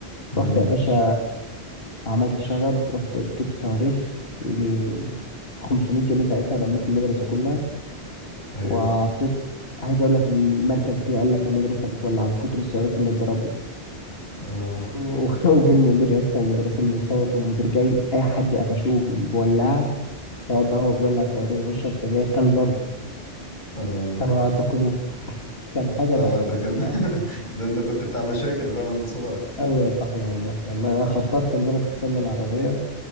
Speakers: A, on the left; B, on the left.
A: امم
B: رحت يا باشا عملت شغب رحت جبت صواريخ يجي 500 جنيه ساعتها لميت المدرسه كلها
A: ايوه
B: وعطيت عايز اقول لك المركز جه قال لك المدرسه بتولع من كتر الصواريخ اللي اتضربت
A: اه
B: و- <laughs> وجه المدير يا اسطى والمدرسين بيصوتوا والمدير جاي اي حد قفشوه بولعه سواء بقى هو بيولع صواريخ بيشرب سجاير كان ضرب
A: اه
B: كانوا يعتقلوه كان حاجه
A: اه
B: ضحك
A: ده
B: والله
A: كان <laughs> ده انت كنت بتاع مشاكل بقى من صغرك
B: قوي يا صاحبي والله والله وانا خططت ان انا كسرنا العربيه